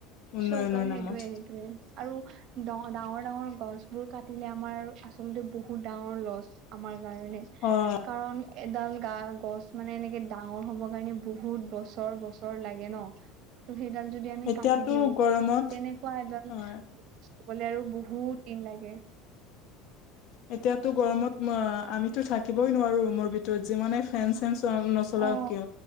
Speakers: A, on the left; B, on the right.
A: উন্নয়নৰ
B: শ' কৰ
A: নামত।
B: সেইটোৱে সেইটোৱে আৰু ড ডাঙৰ ডাঙৰ গছ বোৰ কাটিলে আমাৰ আচলতে বহুত ডাঙৰ লছ আমাৰ কাৰণে
A: হয়
B: কাৰণ এডাল গা গছ মানে এনেকে ডাঙৰ হ'ব কাৰণে বহুত বছৰ বছৰ লাগে ন ত সেইডাল যদি আমি
A: এতিয়াতো
B: কাটি দিও
A: গৰমত
B: তেনেকুৱা এডাল
A: হয়
B: গলে আৰু বহুত দিন লাগে
A: এতিয়াতো গৰমত আমিতো থাকিবই নোৱাৰো ৰুমৰ ভিতৰত যিমানে ফেন্ নচলাও
B: অ
A: কিয়